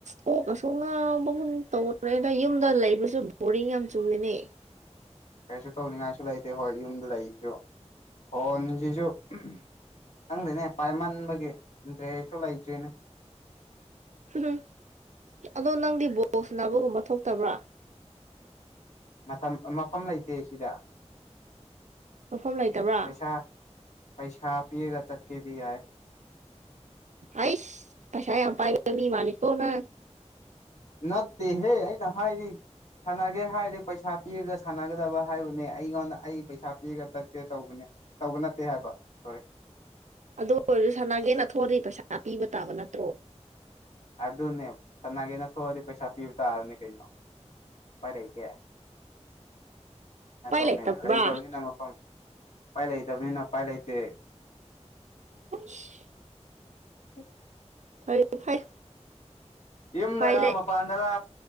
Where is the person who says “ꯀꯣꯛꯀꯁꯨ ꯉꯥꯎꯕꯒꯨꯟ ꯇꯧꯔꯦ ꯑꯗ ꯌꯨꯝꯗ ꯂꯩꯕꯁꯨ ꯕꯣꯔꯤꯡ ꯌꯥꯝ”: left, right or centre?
Right